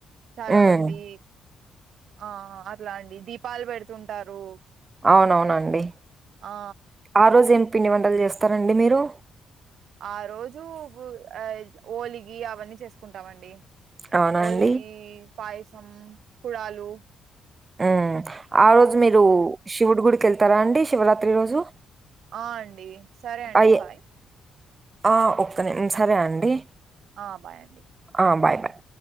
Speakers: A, on the right (about 65°); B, on the right (about 30°).
A: చాలా
B: హ్మ్.
A: మంది, ఆ అట్లా అండి దీపాలు పెడుతుంటారు.
B: అవునవునండి,
A: ఆ
B: ఆ రోజు ఏం పిండి వంటలు చేస్తారండి మీరు?
A: ఆ రోజు గు ఆ ఓలిగి అవన్నీ చేసుకుంటామండి.
B: అవునా
A: ఓలిగి
B: అండి?
A: పాయసం, కుడాళు
B: ఉమ్ ఆ రోజు మీరు శివుడి గుడికెళ్తారా అండి శివరాత్రి రోజు?
A: ఆ అండి సరే అండి
B: అయ్యే
A: బాయ్.
B: ఆ ఒక్క నిమ్ సరే అండి.
A: ఆ బాయండి
B: ఆ బాయ్ బాయ్